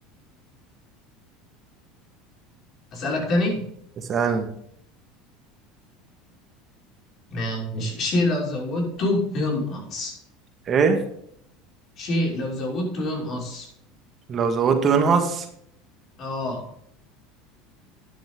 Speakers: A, on the left (about 45°); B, on the right (about 40°).
A: اسالك تاني
B: اسألني
A: ماشي شيء لو زودته ينقص
B: ايه
A: شيء لو زودته ينقص
B: لو زودته ينقص
A: اه